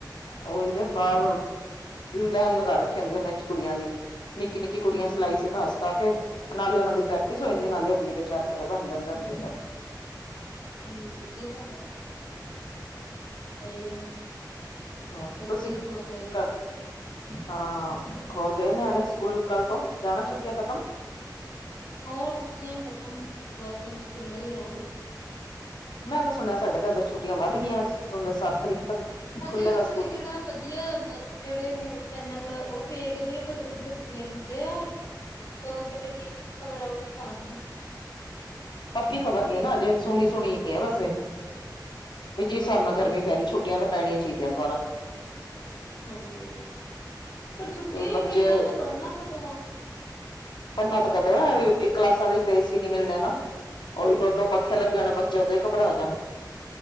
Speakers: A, on the left; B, on the left.
A: ਉਹੀਦੇ ਬਾਹਰ ਲੈਣ ਲਗਾ ਰੱਖੀ ਹੁੰਦੀ ਉਹਨੇ ਚ ਕੁੜੀਆਂ ਦੀ ਨਿੱ ਨ ਨਿੱਕੀ ਕੁੜੀਆਂ ਸਿਲਾਈ
B: ਹੂੰ
A: ਸਿਖਾ ਸਿਖਾ ਕੇ ਨਾਲੇ ਉਹਨਾਂ ਦੀ ਪ੍ਰੈਕਟਿਸ ਹੋ ਜਾਂਦੀ ਨਾਲੇ ਅਗਲੀ ਦੇ ਚਾਰ ਪੈਸੇ ਬਣ ਜਾਂਦੇ ਹਦੇ ਚ
B: ਹਮ ਇਹ ਤਾਂ
A: <inaudible>
B: ਸਹੀ
A: ਹ
B: ਏਦਾਂ
A: ਤੁਸੀਸੀਂ
B: ਹੀ ਹੋਣਾ ਚਾਹੀਦਾ
A: ਕਰ ਹਾਂ ਹੋਰ ਗਏ ਨਿਆਣੇ ਸਕੂਲ ਕੱਲ ਤੋਂ ਜਾਣਾ ਛੁੱਟੀਆਂ ਖਤਮ
B: ਹੋਰ ਸੁੁੱਕੀਆਂ ਖ਼ਤਮ ਬੱਸਾਂ ਸਕੂਲਾਂ ਹੀ ਜਾਣਾ
A: ਮੈਂ ਤਾਂ ਸੁਣਿਆ ਸਾਡੇ ਤੇ ਇੱਧਰ ਛੁੱਟੀਆਂ ਵੱਧ ਗਈਆਂ ਸੁਣਦੇ ਸੱਤ ਤਰੀਕ ਤੱਕ
B: ਹਜੇ
A: ਖੁੱਲੇਗਾ
B: ਕੋਈ
A: ਸਕੂਲ
B: ਜਿਹੜਾ ਵਧੀਆ ਜਿਹੜੇ ਨਿਊਜ ਚੈਨਲ ਉਹ। ਫੇਕ ਜਿਹੀ ਦੱਸੀ ਜਾਂਦੇ ਆ ਤੇ ਉਹ ਟੀਵੀ ਚ ਖਬਰ ਆਊਗੀ ਤਾਂ
A: ਪੱਕੀ ਖ਼ਬਰ ਨੀ ਨਾ ਅਜੇ ਸੁਣੀ ਸੁਣੀ ਹੈ ਵੈਸੇ ਵੀ
B: ਹਾਂਜੀ।
A: ਜਿਸ ਹਿਸਾਬ ਨਾਲ ਗਰਮੀ ਪੈ ਰਹੀ ਛੁੱਟੀਆਂ ਦਾ ਪੈਣੀਆਂ ਚਾਹੀਦੀਆਂ ਦੁਬਾਰਾ।
B: ਹਾਂਜੀ ਪਰ ਛੁੱਟੀਆਂ
A: ਬੱਚੇ
B: ਹੀ ਪਈ ਜਾ ਤਾਂ ਪੜ੍ਹਨਾ ਕਦੋਂ ਆ?
A: ਪੜ੍ਹਨਾ ਤਾਂ ਕਦੋ ਹੈ ਕਲਾਸਾਂ ਦੇ ਵਿੱਚ ਏਸੀ ਨੀ ਮਿਲਣੇ ਨਾ। ਉਹੀ ਦੋ ਦੋ ਪੱਖੇ ਲੱਗੇ ਹੋਣੇ ਬੱਚੇ ਉਦਾ ਹੀ ਘਬਰਾ ਜਾਣ।